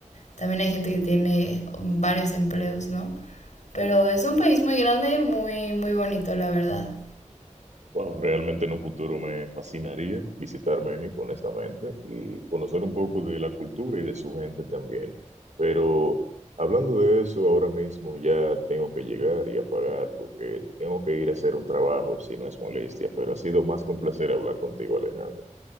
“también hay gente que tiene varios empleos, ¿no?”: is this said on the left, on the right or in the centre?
Left